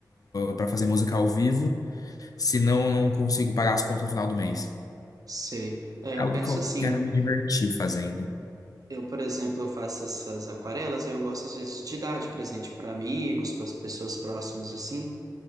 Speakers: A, on the left (about 55°); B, on the right (about 55°).
A: para fazer música ao vivo, senão eu não consigo pagar as contas no final do mês.
B: sei. É, eu
A: É algo
B: penso
A: que eu
B: assim.
A: quero me divertir fazendo.
B: Eu, por exemplo, eu faço essas aquarelas, eu gosto às vezes de dar de presente para amigos, para as pessoas próximas, assim.